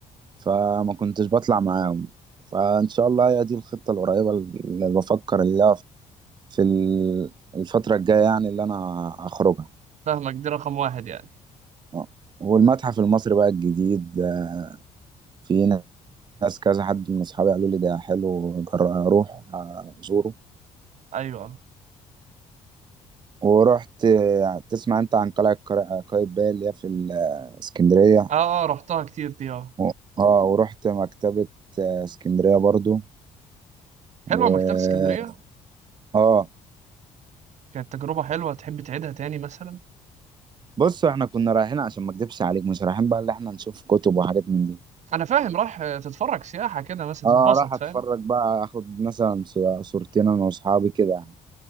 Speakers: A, on the right; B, on the right.
A: فما كنتش بطلع معاهم فان شاء الله هي دي الخطه القريبه اللي بفكر اللي في ال- الفتره الجايه يعني اللي انا اخرجها
B: فاهمك دي رقم واحد يعني
A: آه. والمتحف المصري بقى الجديد آه، في ناس كذا حد من اصحابي قالوا لي ده حلو جر- اروح آه، ازوره
B: ايوه
A: ورحت آه، تسمع انت عن قلعة قر- آه، قايتباي اللي هي في ال- آه، اسكندرية
B: اه اه رحتها كتير دي اه
A: و- اه ورحت مكتبة آه، اسكندرية برضو
B: حلوه
A: و
B: مكتبه اسكندريه
A: اه
B: كانت تجربه حلوه تحب تعيدها تاني مثلا
A: بص احنا كنا رايحين عشان ما اكدبش عليك مش رايحين بقى اللي احنا نشوف كتب وحاجات من دي
B: انا فاهم راح تتفرج سياحه كده مثلا
A: اه
B: تتبسط
A: راح اتفرج
B: فاهم
A: بقى اخد مثلا ص- صورتين انا واصحابي كده